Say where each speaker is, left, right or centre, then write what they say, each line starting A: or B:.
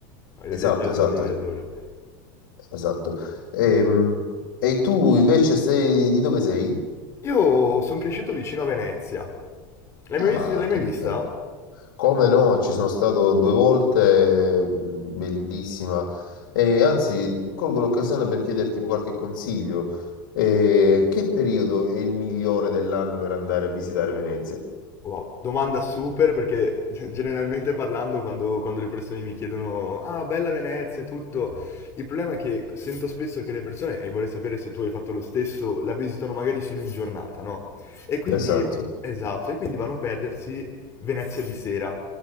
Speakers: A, on the left (about 25°); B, on the left (about 75°).
A: Ah, Io
B: Esatto,
A: li, li adoro,
B: esatto,
A: li adoro.
B: esatto. Ehm, E, tu invece sei di dove sei?
A: Io sono cresciuto vicino a Venezia. L'hai
B: Ah,
A: mai vis- l'hai mai
B: che
A: vista?
B: bello. Come no, ci sono stato due volte, mh, bellissima. E anzi, colgo l'occasione per chiederti qualche consiglio. Eh, che periodo è il migliore dell'anno per andare a visitare Venezia?
A: Wow, domanda super perché <laughs> generalmente parlando quando, quando le persone mi chiedono Ah, bella Venezia e tutto, il problema è che sento spesso che le persone, e vorrei sapere se tu hai fatto lo stesso, la visitano magari solo in giornata, no? E quindi,
B: Esatto,
A: esatto, e quindi vanno a perdersi Venezia di sera.